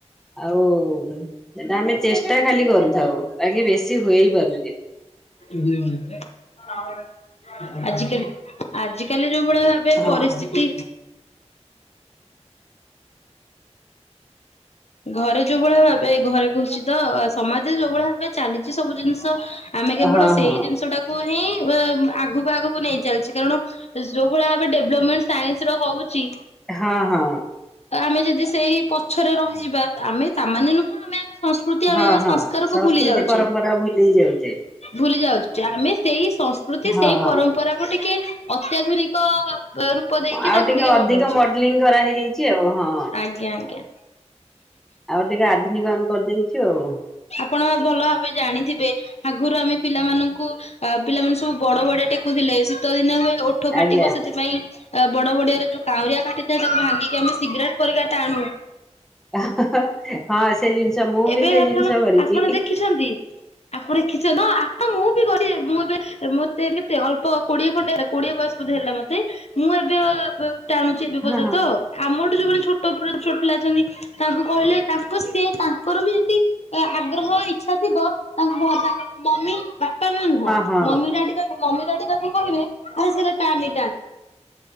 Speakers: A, in the centre; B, on the left.
A: ଆଉ ସେଟା ଆମେ ଚେଷ୍ଟା ଖାଲି କରୁଥାଉ ବାାକି ବେଶୀ ହୁଏଇ ପାରୁନି
B: <unintelligible> ଆଜିିକାଲି ଆଜିକାଲି ଯୋଉ ଭଳି ଭାବେ
A: ହଁ
B: ପରିସ୍ଥିତି ଘରେ ଯୋଉ ଭଳିଆ ଭାବେ ଘରେ କସିଛି ତ ସମାଜରେ ଯୋଉ ଭଳି ଭାବେ ଚାଲିଛି ସବୁ ଜିନିଷ ଆମେ କେବଳ
A: ହଁ
B: ସେଇ
A: ହଁ
B: ଜିନିଷ ଟାକୁ ହିଁ ଆଗକୁ ଆଗକୁ ନେଇ ଚାଲିଛି କାରଣ ଯୋଉ ଭଳି ଭାବେ ଡେଭଲପମେଣ୍ଟ ସାଇନ୍ସ ର ହଉଛି
A: ହଁ ହଁ।
B: ଆମେ ଯଦି ସେଇ ପଛରେ ରହିଯିବା ଆମେ ତାମାନେେ ନୁହଁ ଆମେ ଆମ ସଂସ୍କୃତି ଆମେ
A: ହଁ
B: ଆମ
A: ହଁ
B: ସଂସ୍କାରକୁ
A: ସଂସ୍କୃତି
B: ଭୁଲି ଯାଉଛେ।
A: ପରମ୍ପରା ଭୁଲି ଯାଉଛେ
B: ଭୁଲି ଯାଉଛି। ଆମେ ସେଇ ସଂସ୍କୃତି
A: ହଁ
B: ସେଇ ପରମ୍ପରାକୁ ଟିକେ ଅତ୍ୟାଧୁନିକ ରୂପ ଦେଇକି
A: ଆଉ
B: ତାକୁ
A: ଟିକେ ଅଧିକ
B: ବନଉଛେ।
A: ମଡେଲିଂ କରାହେଇଯାଇଛି ଆଉ, ହଁ
B: ଆଜ୍ଞା ଆଜ୍ଞା
A: ଆଉ ଟିକେ ଆଧୁନିକ ଆମେ କରିଦେଇଛୁ ଆଉ।
B: ଆପଣ ଭଲ ଭାବେ ଜାଣିଥିବେ ଆଗରୁ ଆମେ ପିଲାମାନଙ୍କୁ ଅ ପିଲାମାନେ ସବୁ ବଡ ବଡଆ ଟେକୁଥିଲେ ଶୀତଦିନେ ଓଠ
A: ଆଜ୍ଞା
B: ଫାଟିବ ସେଥିପାଇଁ ବଡ ବଡିଆରେ ଯୋଉ କାଉରିଆ କାଠିଥାଏ ତାକୁ ଭାଙ୍ଗିକି ଆମେ ସିଗରେଟ୍ ପରି କା ଟାଣୁ।
A: ହଁ ସେ ଜିନିଷ ମୁଁ
B: ଏବେ
A: ବି ସେ
B: ଆପଣ
A: ଜିନିଷ କରିଛି।
B: ଆପଣ ଦେଖିଛନ୍ତି ଆପଣ ଦେଖିଛନ୍ତି ହଁ ମୁଁ ବି କରିଛି ମୁଁ ଏବେ ମତେ କେତେ ଅଳ୍ପ କୋଡିଏ ଖଣ୍ଡେ କୋଡିଏ ବୟସ ବୋଧେ ହେଲା ମତେ, ମୁଁ ଏବେ ଟାଣୁଛି ଏବେ ପର୍ଯ୍ୟନ୍ତ,
A: ହଁ
B: ଆମର ମାନେ ଯେଉ ଛୋଟ ଉପରେ ଛୋଟ ପିଲା ଅଛନ୍ତି ତାଙ୍କୁ କହିଲେ ତା ସିଏ ତାଙ୍କର ବି ଯଦି ଅ ଆଗ୍ରହ ହେଇ ଇଚ୍ଛା ଥିବ ତାଙ୍କୁ <unintelligible> ମମି ବାପା ନୁହଁ
A: ହଁ
B: ମମି ଡାଡି ତା ମମି ଡାଡି ତାକୁ କହିବେ ଆରେ ସେଇଟା ଚାଲି